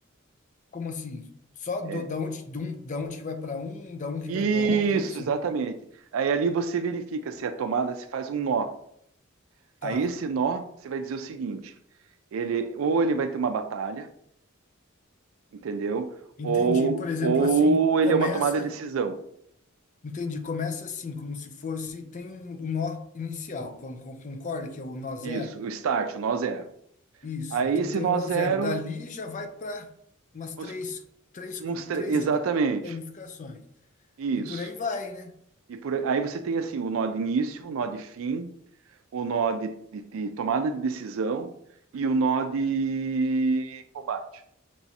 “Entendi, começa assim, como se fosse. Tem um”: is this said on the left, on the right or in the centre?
Left